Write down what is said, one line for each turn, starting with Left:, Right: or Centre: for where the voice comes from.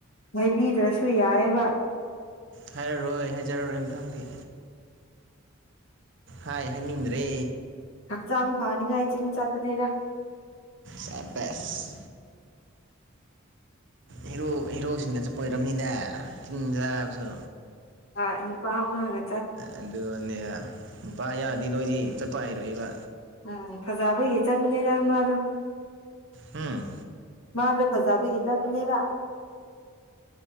Left: ꯃꯣꯏꯕꯤꯗ꯭ꯔꯁꯨ ꯌꯥꯏꯑꯦꯕ
Right: ꯍꯥꯏꯔꯔꯣꯏ ꯍꯥꯏꯖꯔꯔꯣꯏ ꯃꯊꯪꯗꯤ ꯍꯥꯏ ꯍꯥꯏꯅꯤꯡꯗ꯭ꯔꯦ
Left: ꯍꯛꯆꯥꯡ ꯐꯥꯅꯤꯉꯥꯏ ꯆꯤꯡ ꯆꯠꯄꯅꯤꯗ
Right: ꯁꯕꯥꯁ ꯍꯤꯔꯣ ꯍꯤꯔꯣꯁꯤꯡꯒ ꯆꯠꯄꯣꯏꯔꯔꯕꯅꯤꯅꯦ ꯆꯤꯡ ꯆꯕꯁꯨ
Left: ꯑ ꯅꯨꯄꯥꯃꯒ
Right: ꯑꯗꯨꯅꯦ ꯅꯨꯄꯥ ꯌꯥꯌꯥꯗꯤ ꯅꯣꯏꯗꯤ ꯆꯠꯄ ꯍꯥꯏꯔꯣꯏꯕ
Left: ꯎꯝ ꯐꯖꯕ ꯌꯦ ꯆꯠꯕꯅꯤꯗ ꯃꯥꯗꯣ
Right: ꯎꯝ
Left: ꯃꯥꯗꯣ ꯐꯖꯕꯒꯤ ꯆꯠꯄꯅꯦꯕ